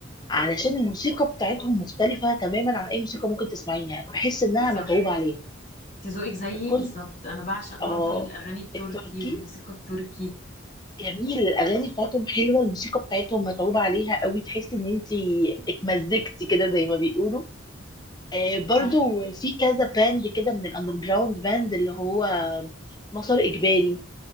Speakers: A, on the left (about 20°); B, on the left (about 40°).
A: علشان الموسيقى بتاعتهم مختلفه تماما عن اي موسيقى ممكن تسمعيها بحس انها
B: صح
A: متعوب عليها
B: انت ذوقك زيي
A: فكنت
B: بالظبط انا بعشق برضو
A: اه
B: الاغاني التركي
A: التركي
B: والموسيقى التركي
A: جميل الاغاني بتاعتهم حلوه الموسيقى بتاعتهم متعوب عليها قوي تحس ان انت اتمزجتي كده زي ما بيقولوا آه، برضو
B: صح
A: في كذا باند كده من الاندر جراوند باند اللي هو مسار اجباري